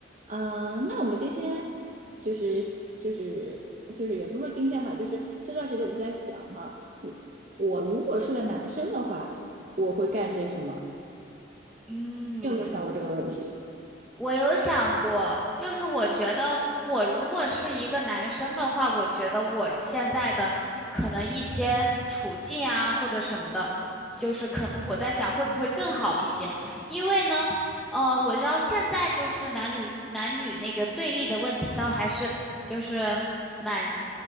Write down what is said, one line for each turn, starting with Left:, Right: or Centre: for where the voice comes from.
Right: 啊，那我们今天就是就是就是也不是说今天吧，就是这段时间我就在想哈，我如果是个男生的话，我会干些什么？
Centre: 嗯，
Right: 你有没有想过这个问题？
Centre: 我有想过，就是我觉得我如果是一个男生的话，我觉得我现在的可能一些处境啊或者什么的，就是可能我在想会不会更好一些，因为呢，呃，我知道现在就是男女男女那个对立的问题，倒还是就是蛮